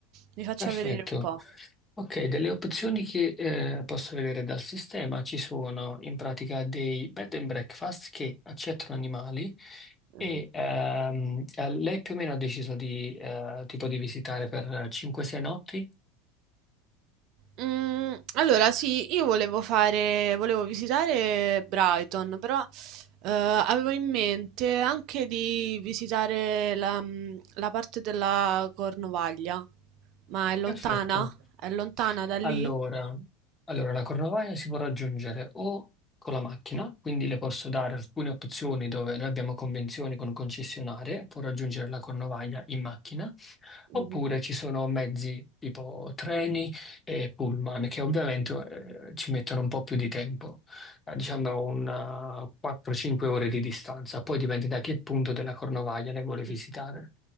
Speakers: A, on the right; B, on the left.
A: mi faccia
B: Perfetto.
A: vedere un po'.
B: Ok, delle opzioni che eh, posso vedere dal sistema ci sono in pratica dei bed and breakfast che accettano animali e
A: Mh-mh.
B: ehm, eh, lei più o meno ha deciso di, eh, tipo di visitare per 5-6 notti?
A: Mhmm, allora sì, io volevo fare volevo visitare Brighton, però, ehm, avevo in mente anche di visitare la mhmm, la parte della Cornovaglia. Ma è lontana?
B: Perfetto.
A: È lontana da lì?
B: Allora, allora, la Cornovaglia si può raggiungere o con la macchina, quindi le posso dare alcune opzioni dove noi abbiamo convenzioni con concessionarie, può raggiungere la Cornovaglia in macchina, oppure
A: Mh-mh.
B: ci sono mezzi tipo treni e pullman che ovviamente eh, ci mettono un po' più di tempo, eh, diciamo una 4-5 ore di distanza, poi dipende da che punto della Cornovaglia le vuole visitare,
A: Mh.